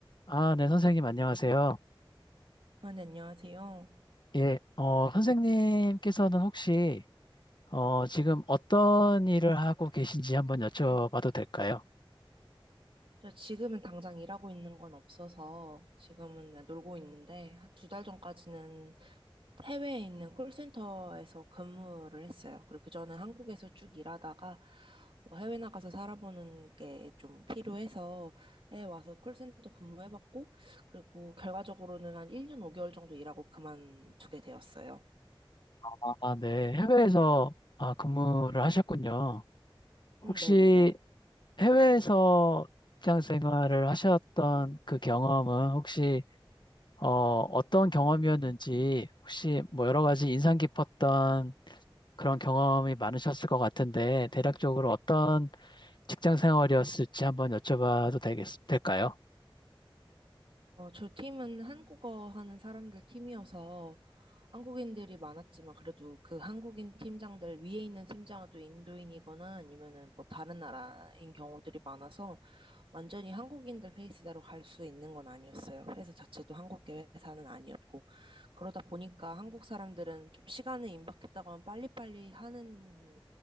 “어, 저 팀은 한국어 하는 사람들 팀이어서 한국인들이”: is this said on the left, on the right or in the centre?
Right